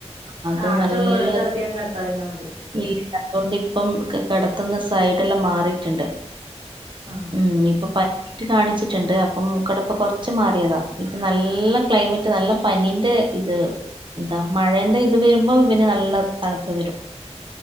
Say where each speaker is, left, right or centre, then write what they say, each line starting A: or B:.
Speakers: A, on the right (about 45°); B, on the right (about 75°).
A: അത്
B: കാറ്റുള്ളടത്ത്
A: നല്ല
B: അധികം കെടത്താതിരുന്നാ മതി
A: ഇല്ല. അതുകൊണ്ട് ഇപ്പം കെടത്തുന്ന സൈഡ് എല്ലാം മാറിട്ടുണ്ട്
B: ആഹ്
A: ഉം ഇപ്പൊ പ <unintelligible> കാണിച്ചിട്ടുണ്ട് അപ്പം മൂക്കടപ്പ്‌ കൊറച്ച് മാറിയതാ ഇപ്പം നല്ല ക്ലൈമറ്റ് ത് നല്ല പനീന്റെ ഇത് എന്താ മഴേന്റെ ഇത് വരുമ്പോം ഇവന് നല്ല തണുപ്പ് വരും